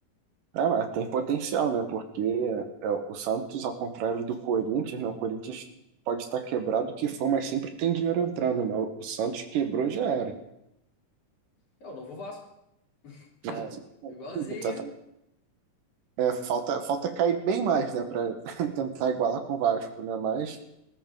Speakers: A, on the right (about 75°); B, on the left (about 50°).
A: É, mas tem potencial, né? Porque é, o Santos, ao contrário do Corinthians, né? O Corinthians pode estar quebrado o que for, mas sempre tem dinheiro entrando, né? O Santos quebrou já era.
B: É o novo Vasco. <laughs>
A: né?
B: Igualzinho.
A: Exatamente. É, falta, falta cair bem mais, né? Pra <laughs> tentar igualar com o Vasco, né? Mas,